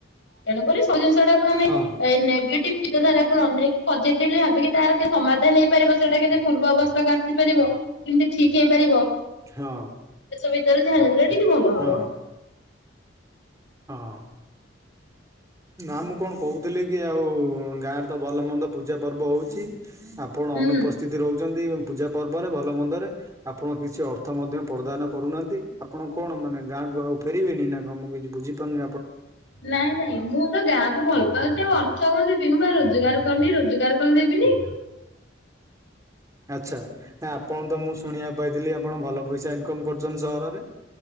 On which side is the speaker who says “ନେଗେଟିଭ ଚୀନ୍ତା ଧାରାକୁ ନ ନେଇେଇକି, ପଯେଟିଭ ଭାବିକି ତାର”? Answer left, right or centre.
Left